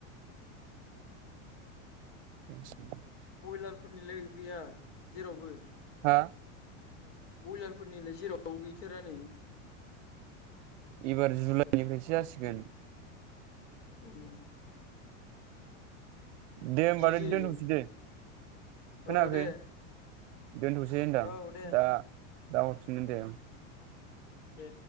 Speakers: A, on the right (about 65°); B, on the left (about 65°).
A: <unintelligible>
B: बयलारफोरनिलै। गैया जेरावबो।
A: हा
B: ब्रयलार फोरनिलाय जेराव गैथारा नै।
A: एबार जुलाइनिफ्रायसो जासिगोन।
B: उम।
A: दे होमबालाय
B: जोरिजों
A: दोनथ'सै दै। खोनायाखै?
B: औ दे
A: दोनथ'सै होनदां
B: औ दे
A: दा दा हरफिनगोन दे उम।
B: दे।